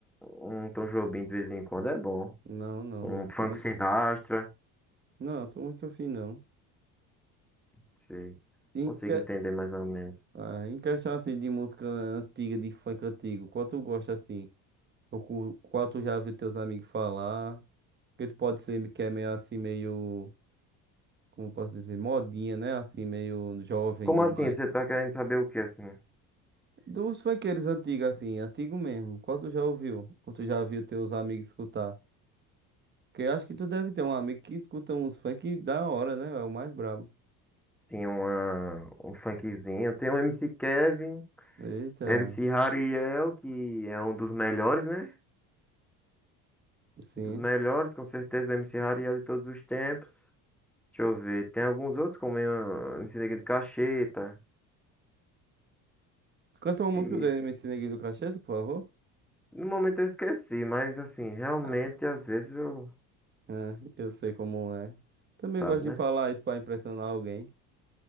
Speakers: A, in the centre; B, on the right.
A: um, um Tom Jobim de vez em quando é bom.
B: Não, não,
A: Um
B: não.
A: Frank
B: Sou muito...
A: Sinatra,
B: Não, sou muito afim, não.
A: se
B: Em,
A: consigo
B: que...
A: entender mais ou menos.
B: ah, em questão, assim, de música antiga, de funk antigo, qual tu gosta, assim? Ou cu- qual tu já viu teus amigos falar? Que tu pode ser que é meio assim, meio. Como eu posso dizer? Modinha, né? Assim, meio jovem
A: Como
B: demais.
A: assim? Você tá querendo saber o que, assim?
B: Dos funkeiros antigos, assim, antigo mesmo. Qual tu já ouviu? Ou tu já viu teus amigos escutar? Porque eu acho que tu deve ter um amigo que escuta uns funk da hora, né? É o mais brabo.
A: Sim, uma, um funkzinho. Tem o MC Kevin,
B: Eita,
A: MC Hariel, que é um dos melhores, né?
B: sim.
A: Um dos melhores, com certeza, o MC Hariel de todos os tempos. Deixa eu ver. Tem alguns outros, como o MC Neguinho de Cacheta.
B: Canta uma música
A: E
B: do MC Neguinho do Cachete, por favor.
A: no momento eu esqueci, mas assim, realmente,
B: <laughs>
A: às vezes eu.
B: É, eu sei como é. Também
A: Sabe,
B: gosto de
A: né?
B: falar isso pra impressionar alguém.